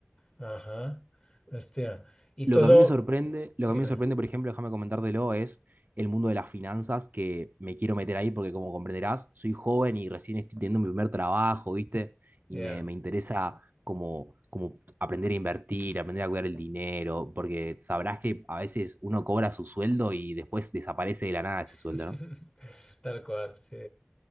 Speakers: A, on the left (about 20°); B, on the right (about 40°).
A: Ajá, hostia. Y
B: Lo
A: todo,
B: que a mí me sorprende, lo
A: dime,
B: que a mí me sorprende, por ejemplo, déjame comentártelo, es el mundo de las finanzas que me quiero meter ahí porque como comprenderás, soy joven y recién estoy teniendo mi primer trabajo, ¿viste? Y
A: ya.
B: me, me interesa como, como aprender a invertir, aprender a cuidar el dinero, porque sabrás que a veces uno cobra su sueldo y después desaparece de la nada ese sueldo,
A: <laughs>
B: ¿no?
A: Tal cual, sí.